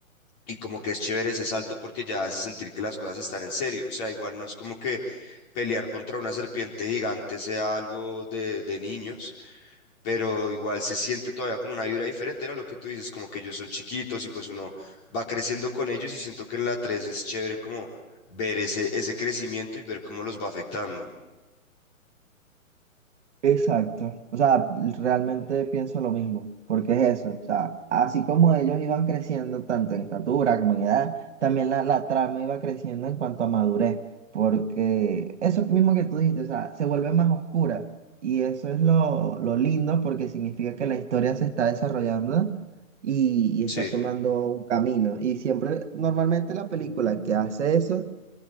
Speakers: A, on the left (about 30°); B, on the right (about 55°).
A: y como que es chévere ese salto porque ya hace sentir que las cosas están en serio. O sea, igual no es como que pelear contra una serpiente gigante sea algo de, de niños pero igual se siente todavía como una vibra diferente, ¿no? Lo que tú dices, como que ellos son chiquitos y pues uno va creciendo con ellos y siento que en la 3 es chévere como ver ese, ese crecimiento y ver cómo los va afectando.
B: Exacto. O sea, realmente pienso lo mismo, porque es eso. O sea, así como ellos iban creciendo tanto en estatura como en edad, también la, la trama iba creciendo en cuanto a madurez, porque eso mismo que tú dijiste, o sea, se vuelve más oscura. Y eso es lo, lo lindo porque significa que la historia se está desarrollando y, y
A: Sí,
B: está tomando un camino. Y siempre, normalmente la película que hace eso,